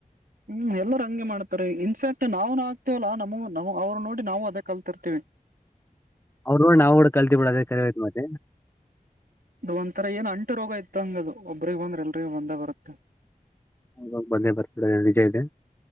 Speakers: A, on the right (about 85°); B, on the left (about 15°).
A: ಹ್ಮ್ ಎಲ್ಲರು ಹಂಗೆ ಮಾಡ್ತ ಇನ್ಫ್ಯಾಕ್ಟ್ ನಾವ್ನು ಆಗ್ತತಿವಲ್ಲಾ ನಮ ನ ಅವ್ರು ನೋಡಿ ನಾವು ಅದೇ ಕಲ್ತಿರ್ತಿವಿ
B: ಅವ್ರೂ ನೋಡಿ ಕೂಡ ಕಲ್ತಿ ಬಿಡ ಅದೇ ಕರೇವು ಐತೆ ಮತ್ತೆ
A: ಅದು ಒಂಥರ ಏನ್ ಅಂಟು ರೋಗ ಇತ್ತಂಗದು ಒಬ್ರಿಗೆ ಬಂದ್ರೆ ಎಲ್ರಿಗ ಬಂದ ಬರುತ್ತೆ
B: ಹ ಬಂದೇ ಬರ್ತಡ ವಿಜಯ್ ಇದೆ